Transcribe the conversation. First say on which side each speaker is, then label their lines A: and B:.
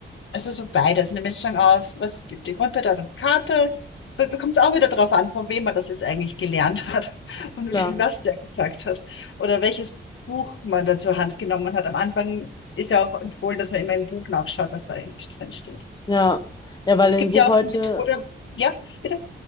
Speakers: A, on the left (about 70°); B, on the left (about 20°).
A: Also so beides, eine Mischung aus, was die Grundbedeutung Karte, da kommt es auch wieder darauf an, von wem man das jetzt eigentlich gelernt hat <laughs> und
B: klar.
A: wie- was der gesagt hat oder welches Buch man da zur Hand genommen hat. Am Anfang ist ja auch empfohlen, dass man immer im Buch nachschaut, was da eigentlich drin steht.
B: Ja. Ja, weil
A: Es
B: im
A: gibt
B: Buch
A: ja
B: heute.
A: auch die Methode, ja, bitte.